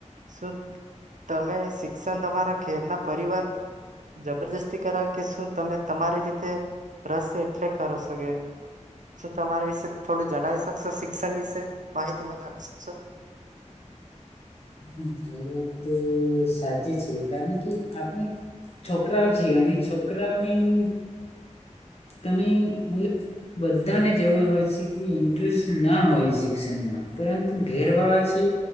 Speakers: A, on the right; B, on the left.
A: શું તમે શિક્ષણ તમારા ઘેરના પરિવાર જબરજસ્તી કરાવ કે શું તમે તમારી રીતે રસે એટલે કરો સો કે શું તમારી વિશે થોડું જણાવી શકશો શિક્ષણ વિશે માહિતી મને આપી શકશો?
B: હા મિત્ર એ વાત સાચી છે કારણ કે આપણે છોકરાઓ છીએ અને છોકરાઓની તમે મતલબ બધાને જેવા હોય છે કે ઇન્ટરેસ્ટ ના હોય શિક્ષનમાં પરંતુ ઘેરવાળા છે